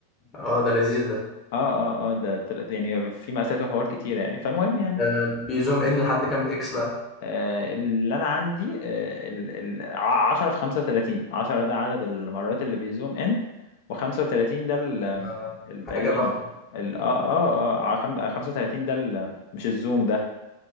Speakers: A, on the left (about 25°); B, on the left (about 50°).
A: اه ده لذيذ ده
B: اه اه اه ده طلع- يعني في مقاسات وحوار كتيره يعني فالمهم يعني
A: ده بيزوم ان لحد كام اكس بقى
B: آه، اللي انا عندي آه، ال- ال- ع- 10 في 35 10 ده عدد المرات اللي بيزوم ان و35 ده ال-
A: ده
B: ال- تقريبا
A: حاجة ضخمة
B: ال- ال- اه اه اه ع- خم- 35 ده ال- مش الزوم ده